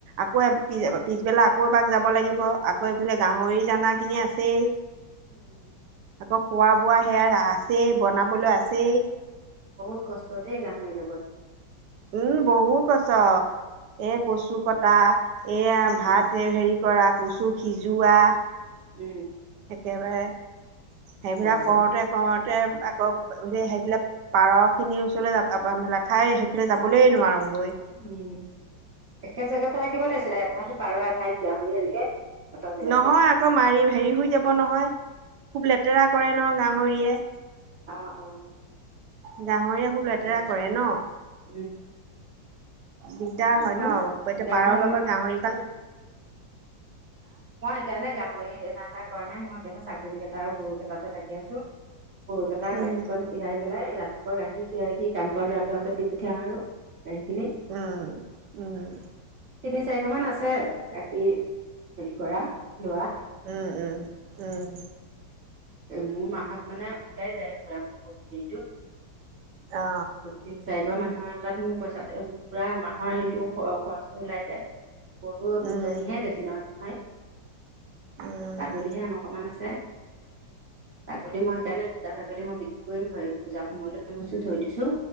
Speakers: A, on the right; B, on the right.
A: আকৌ পিছবেলা আকৌ এপাক যাব লাগিব আকৌ এইফালে গাহৰি দানা খিনি আছেই।
B: উম ।
A: আকৌ খোৱা বোৱা সেয়া আছেই, বনাবলৈ আছেই ।
B: বহুত কষ্ট দেই গাহৰি লগত ।
A: উম বহুত কষ্ট । এ কচু কটা, এয়া
B: উম
A: ভাত এই হেৰি, কৰা, কচু সিজোৱা ।
B: উম ।
A: একেবাৰে, সেইবিলাক
B: আছে
A: কৰোতে কৰোতে, আকৌ সেইবিলাক পাৰ খিনিৰ ওচৰলৈ য ঠাই সেইফালে যাবলৈ নোৱাৰো ।
B: উম । একে জেগাতে ৰাখিব লাগিছিলে তাহাতি পাৰ এঠাইত, গাহৰি এনেকে, এটা জেগাতে
A: নহয় আকৌ মাৰি হেৰি হৈ যাব নহয় । খুব লেতেৰা কৰে ন গাহৰিয়ে ।
B: অ অ।
A: গাহৰিয়ে খুব
B: তাকে
A: লেতেৰা কৰে ন
B: উম
A: দিগদাৰ হয়
B: মই
A: ন
B: সেইকাৰণে
A: এতিয়া পাৰৰ লগত
B: মই
A: গাহৰিগাল
B: মই সেইকাৰণে গাহৰি কৰা নাই মই সেইকাৰণে ছাগলী কেইটা আৰু গৰু কেইটাতে লাগি আছো। গৰুকেইটা
A: উম
B: গাখীৰকন খিয়াই পেলাই ৰাতি গাখীৰ খীয়াই সি কাম কৰা ল'ৰাটোৰ হাতত দি পঠিয়াও আৰু গাখীৰখিনি
A: উম উম।
B: তিনি চাৰিশ মান আছে গাখীৰ হেৰি কৰা লোৱা,
A: উম উম উম
B: মোৰ মাহত মানে ওলাই যায় পুৰা মোৰ গৰু হেৰিটো
A: অ
B: তিনি চাৰি ঘৰ মানুহৰ তাত মোৰ পইচাটো পুৰা মাহৰ হেৰিটো খৰচটো ওলাই যায় গৰু দুজনীহে
A: উম
B: বেছি নহয় নহয়।
A: উম
B: ছাগলীহে আমাৰ আনৰ সমান আছে। ছাগলী মই সেইকাৰণে দুটা ছাগলী মই বিক্ৰী কৰিম পূজাৰ সময় লৈ থৈ দিছো